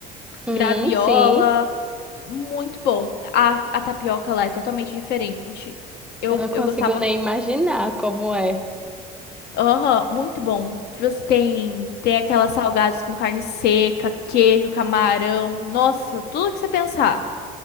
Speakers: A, in the centre; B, on the left.
A: Hum,
B: graviola.
A: sim,
B: Muito bom. A, a tapioca lá é totalmente diferente. Eu,
A: eu não consigo
B: eu gostava.
A: nem imaginar como é.
B: Aham, muito bom. Você tem, tem aquelas salgadas com carne seca, queijo, camarão. Nossa, tudo que você pensar.